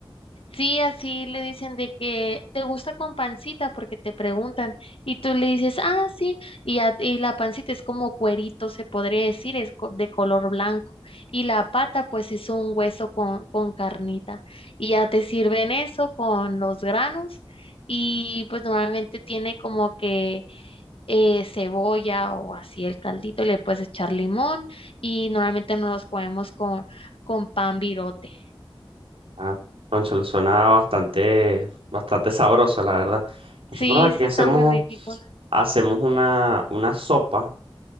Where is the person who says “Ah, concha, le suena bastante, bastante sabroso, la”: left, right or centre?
Right